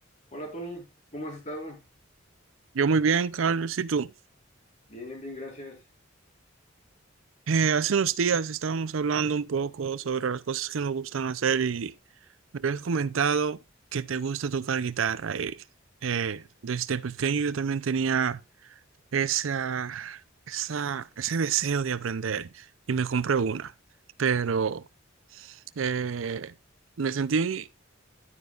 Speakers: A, on the left; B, on the right.
A: Hola Tony, ¿cómo has estado?
B: Yo muy bien, Carlos. ¿Y tú?
A: Bien, bien, gracias.
B: Eh, hace unos días estábamos hablando un poco sobre las cosas que nos gustan hacer y me habías comentado que te gusta tocar guitarra. Y, eh, desde pequeño yo también tenía esa, esa, ese deseo de aprender y me compré una, pero eh, me sentí